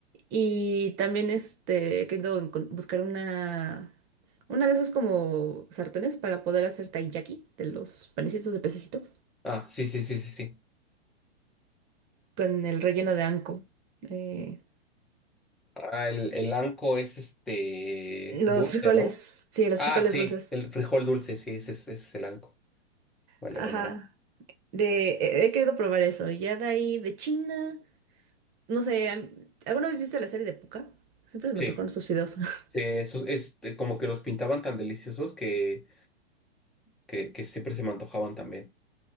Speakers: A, on the right (about 30°); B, in the centre.
A: Y también este, he querido encon- buscar una, una de esas como sartenes para poder hacer taiyaki de los panecitos de pececito
B: Ah, sí, sí, sí, sí, sí.
A: con el relleno de anco. Eh,
B: Ah, el, el anco es este
A: los
B: dulce,
A: frijoles,
B: ¿no?
A: sí, los
B: Ah,
A: frijoles
B: sí,
A: dulces.
B: el frijol dulce, sí, ese es, ese es el anco. Vale,
A: Ajá.
B: vale, vale.
A: De, he he querido probar eso. Ya de ahí de China. No sé, ¿alguna vez viste la serie de puka Siempre me
B: Sí,
A: antojaron esos fideos. <laughs>
B: sí, esos, este, como que los pintaban tan deliciosos que, que, que siempre se me antojaban también.